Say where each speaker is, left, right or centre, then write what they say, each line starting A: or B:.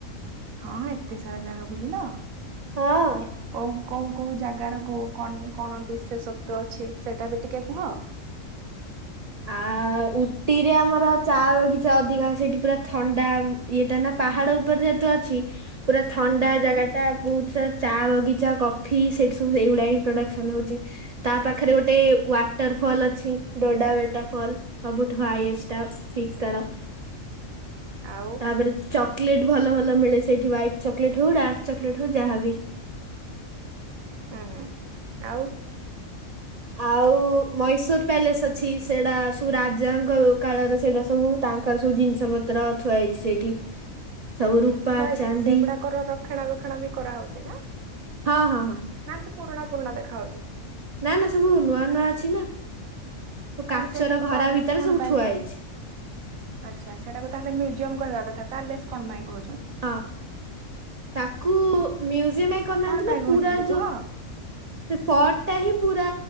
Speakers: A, on the right; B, on the right.
A: ହଁ ଏତେ ସାରା ଜାଗା ବୁଲିଲ।
B: ହଁ।
A: କଉ କୋଉ କୋଉ ଜାଗାର କ କଣ ବିଶେଷଶତ୍ଵ ଅଛି ସେଇଟା ବି ଟିକେ କୁହ।
B: ଆ ଉଟିରେ ଆମର ଚା ବଗିଚା ଅଧିକା ସେଇଠି ପୁରା ଥଣ୍ଡା ଇଏ ଟା ନା। ପାହାଡ ଉପରେ ଯେହେତୁ ଅଛି ପୁରା ଥଣ୍ଡା
A: ହୁଁ
B: ଜାଗା ଟା। ବହୁତ ସାରା ଚା ବଗିଚା କଫି ସେଠି ସବୁ ଏଇଗୁଡା ହିଁ ପ୍ରଡକ୍ସନ ହଉଛି। ତା ପାଖରେ ଗୋଟେ ୱାଟର ଫଲ୍ ଅଛି ଡୋଡା ବଟ। ଟ ଫଲ ସବୁଠୁ ହାଇଷ୍ଟ ପିକସ୍ ତାର।
A: ଆଉ
B: ତାପରେ ଚକୋଲେଟ ଭଲ ଭଲ ମିଳେ ସେଇଠି ହ୍ାଇଟ ଚ ଚକ୍‌ଲେଟ୍‌ ହୁଡ଼ା ଚକଲେଟ୍ ହଉ ଯାହା ବି
A: ହୁଁ ହୁଁ ଆଉ
B: ଆଉ ମଇଶୂର ପ୍ୟାଲେସ ଅଛି ସେଇଟା ସବ ରାଜାଙ୍କ କାଳରେ ସେଇଟା ସବୁ ତାଙ୍କର ସବୁ ଜିନିଷ ପତ୍ର ଛୁଆ ହେଇଛି ସେଇଠି। ସବୁ ରୂପା
A: ସେଠି ଥୁଆ ହେଇଛି
B: ଚାନ୍ଦି
A: ସେଗୁଡାକର ରକ୍ଷଣା ବେକ୍ଷଣା ବି କରାହଉଛି ନା?
B: ହଁ ହଁ ହଁ
A: ନା ତ ପୁରୁଣା ପୁରୁଣା ଦେଖାାଯାଉଛି।
B: ନା ନା ସବୁ ନୂଆ ନୂଆ ଅଛି ନା
A: ତାହେଲେ
B: କାଚର
A: ସେଇଟାକୁ
B: ଘରା
A: ପ୍ୟାଲେସ
B: ଭିତରେ
A: କଣ
B: ସବୁ
A: ପାଇଁ
B: ଥୁଆ ହେଇଛି।
A: ଆଚ୍ଛା ସେଟାକୁ ତାହେଲେ ମ୍ୟୁଜିୟମ୍ କହିବା କଥା ପାଲେସ କଣ ଭାଇ କହୁଛନ୍ତି?
B: ହଁ ତାକୁ ମ୍ୟୁଜିୟମ କରିନାହାନ୍ତି
A: କଣ ପାଇଁ
B: ନା
A: କହୁଛନ୍ତି
B: ପୁରା
A: କୁହ
B: ଯୋଉ ସେ ଫର୍ଟ ଟା ହିଁ ପୁରା